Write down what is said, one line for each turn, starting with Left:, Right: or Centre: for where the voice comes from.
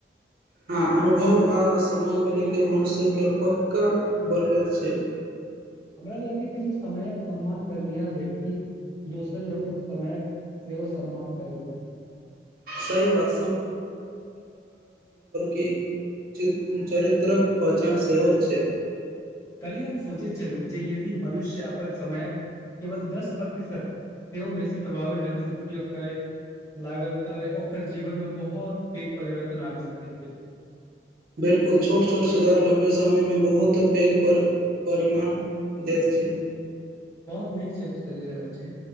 Right: हँ अनुभव आ समय मिलैके मनुष्य के पक्का बनबैत छै
Left: हमरा लगैत छै जे समयक सम्मान करनिहार व्यक्ति दोसर लोकक समायक सेवा सम्मान करैत छथि
Right: सही बात की च चरित्रक पहचान सेहो छै
Left: कली हम सोचे चलू जे यदि मनुष्य अपन समयक केवल दस प्रतिशत सेहो ओ बेसी प्रभावी ढंग से उपयोग करे लागल तऽ ओकर जीवनमे बहुत पैघ परिवर्तन आबि सकैत छै
Right: बिलकुल छोट छोट सुधार लम्बे समय मे बहुत पैघ पर परिमाण देैत छै
Left: बहुत नीक च चलि रहल छै